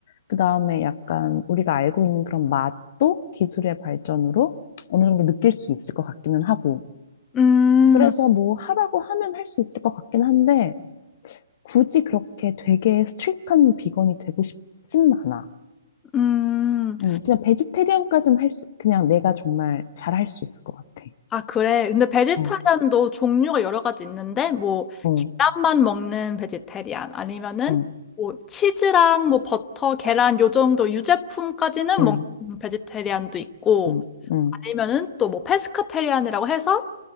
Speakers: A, on the left; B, on the left.
A: 그 다음에 약간 우리가 알고 있는 그런 맛도 기술의 발전으로 어느 정도 느낄 수 있을 것 같기는 하고.
B: 음,
A: 그래서 뭐 하라고 하면 할 수 있을 것 같긴 한데 굳이 그렇게 되게 스트릭한 비건이 되고 싶지는 않아.
B: 음.
A: 음, 그냥 베지테리언까지는 할 수, 그냥 내가 정말 잘 할 수 있을 것 같아.
B: 아, 그래. 근데 베지터리안도
A: 어,
B: 종류가 여러 가지 있는데, 뭐,
A: 어,
B: 계란만 먹는 베지테리안, 아니면은,
A: 응,
B: 뭐, 치즈랑 뭐, 버터, 계란, 요 정도 유제품까지는
A: 응,
B: 먹는 베지테리안도 있고,
A: 응, 응.
B: 아니면은 또 뭐, 페스카테리안이라고 해서,